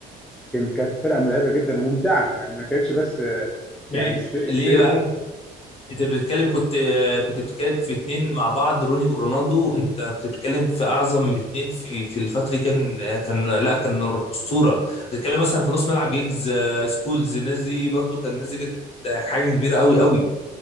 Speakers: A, in the centre; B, on the left (about 35°).
A: لكن كانت فرقه مرعبه جدا وممتعه يعني ما كانتش بس آه،
B: ماشي
A: يعني الس- السير
B: ليه بقى انت بتتكلم كنت كنت بتتكلم في اتنين مع بعض روني ورونالدو انت كنت بتتكلم في اعظم اتنين في في الفتره دي كان كان لا كان اسطوره بتتكلم مثلا في نص ملعب جيجز آه، سكولز الناس دي برضو كان الناس دي كانت حاجه كبيره قوي قوي